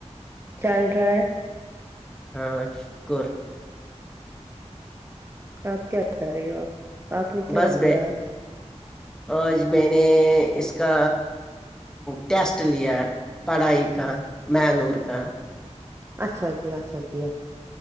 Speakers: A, on the right; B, in the centre.
A: چل رہا ہے
B: ہاں شکور
A: آپ کیا کر رہے ہو آپ آپ نے کیا
B: بس
A: کیا
B: بئی
A: آج
B: آج میں نے اس کا ٹیسٹ لیا پڑھائی کا مہنور کا
A: اچھا کیا اچھا کیا